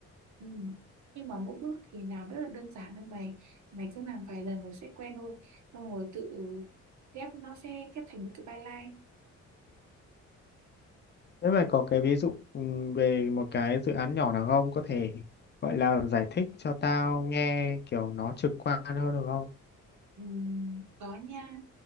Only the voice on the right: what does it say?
Ừ. Nhưng mà mỗi bước thì làm rất là đơn giản thôi mày mày cứ làm vài lần rồi sẽ quen thôi xong rồi tự ghép nó sẽ ghép thành một cái byline
ừ. có nha